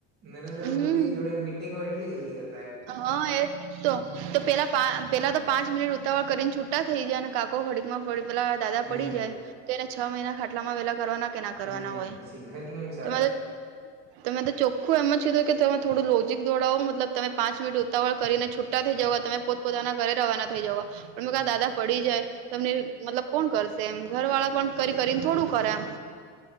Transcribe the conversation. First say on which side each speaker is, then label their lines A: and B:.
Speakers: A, on the right (about 35°); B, on the right (about 70°).
A: નરેન્દ્ર
B: હમ
A: મોદી જોડે મીટિંગ ઓય એટલી જલ્દી કરે.
B: હા એ તો, તો પેલા પેલા તો પાંચ મિનિટ ઉતાવળ કરીને છૂટા થઈ જાય અને કાકો ઘડીકમાં પડી પેલા દાદા
A: હમ
B: પડી જાય તેને છ મહિના ખાટલામાં વેલા કરવાના કે ના કરવાના
A: હમ
B: હોય
A: પછી ઘર કેમ ચાલે
B: તો મેતો ત મે તો ચોખ્ખું એમ જ કીધું કે તમે થોડું લોજીક દોડાવો મતલબ તમે પાંચ મિનિટ ઉતાવળ કરીને છૂટા થઈ જવા, તમે પોત પોતાના ઘરે રવાના થઈ જવા. પણ
A: હમ
B: દાદા પડી જાય તમને મતલબ કોણ કરસે એમ ઘર વાળા પણ કરી કરીને થોડુંક પરામ